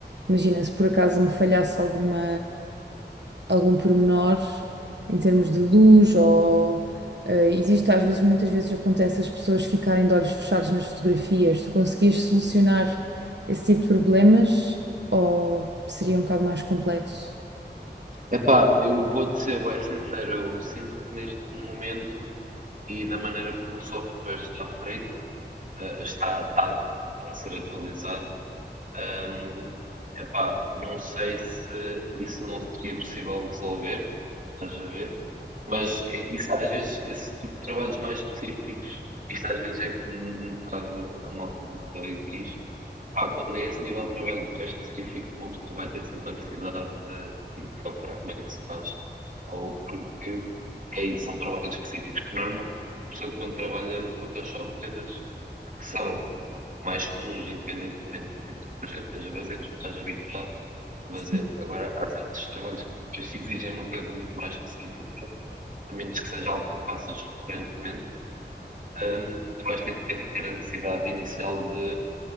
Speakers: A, on the right (about 75°); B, on the right (about 45°).
A: Imagina, se por acaso me falhasse alguma. algum pormenor em termos de luz ou eh, existe às vezes, muitas vezes acontece as pessoas ficarem de olhos fechados nas fotografias. Tu conseguias solucionar esse tipo de problemas ou seria um bocado mais complexo?
B: Epá, eu vou-te ser bem sincero, eu sinto que neste momento e da maneira como o software está feito, eh, está, está, está a ser atualizado, hum, epá, não sei se isso não seria possível resolver, estás a ver? Mas eh, isso, às vezes, esse tipo de trabalhos mais específicos, isto às vezes é como um, um bocado a malta do código diz, Pá, quando é esse nível de trabalho bem específico, uma pessoa vai ter sempre a necessidade de ir procurar como é que se faz. Ou porque é isso, são trabalhos específicos. Por norma, a pessoa quando trabalha no Photoshop, coisas que são mais comuns, independentemente do tipo de projeto que esteja a fazer, tu estás habituado a
A: Sim,
B: fazer. Agora, há certos trabalhos que se exigem uma coisa muito mais específica, a menos que seja algo que faças recorrentemente, hum, tu vais ter que ter a necessidade inicial de